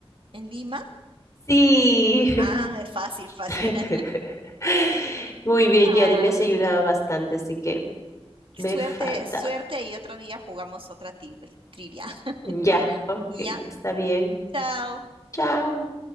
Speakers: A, on the right; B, on the left.
A: ¿En Lima?
B: Sí.
A: Ah, es fácil, fácil.
B: <laughs>
A: <laughs>
B: Muy bien,
A: Ah,
B: Yari, me has ayudado bastante, así que
A: suerte,
B: me falta.
A: suerte y otro día jugamos otra tri- trivia. <laughs>
B: Ya, ok,
A: Ya,
B: está bien.
A: chao.
B: Chao.